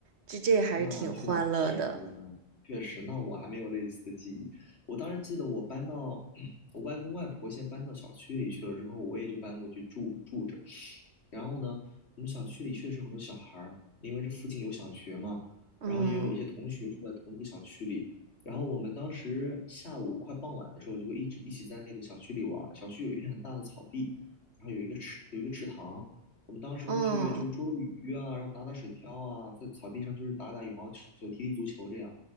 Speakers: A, on the right (about 80°); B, on the left (about 85°).
A: 这这还是挺欢乐的，
B: 那确实呢，确实，那我还没有类似的记忆。我当时记得我搬到 <clears throat> 我外公外婆先搬到小区里去了之后，我也就搬过去住住着。然后呢，我们小区里确实有很多小孩儿，因为这附近有小学嘛，
A: 嗯，
B: 然后也有一些同学住在同一个小区里。然后我们当时下午快傍晚的时候，就会一直一起在那个小区里玩儿。小区有一片很大的草地，然后有一个池，有一个池塘。我们当时会去就是捉捉鱼啊，
A: 哦。
B: 然后打打水漂啊，在草地上就是打打羽毛球、踢踢足球这样。